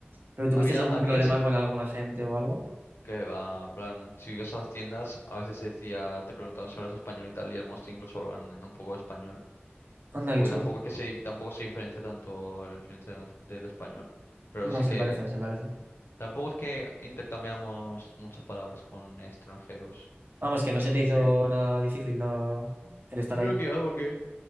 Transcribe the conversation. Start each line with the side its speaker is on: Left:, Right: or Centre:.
Right: ¿Pero
Left: Había,
Right: tuvisteis algún
Left: había
Right: problema
Left: sí que,
Right: con alguna gente o algo?
Left: que va, en plan, si ibas a las tiendas, a veces se decía, te preguntaban si hablas español y tal, y algunos te incluso hablan en un poco de español,
Right: Anda, qué
Left: porque
Right: chulo.
Left: tampoco es que se, dif- tampoco se diferencia tanto el francés del español, pero
Right: No,
Left: sí
Right: se
Left: que
Right: parecen, se parecen.
Left: tampoco es que intercambiamos muchas palabras con extranjeros.
Right: Vamos, que no se te hizo
Left: Y
Right: nada difícil la- el estar ahí.
Left: No que va, porque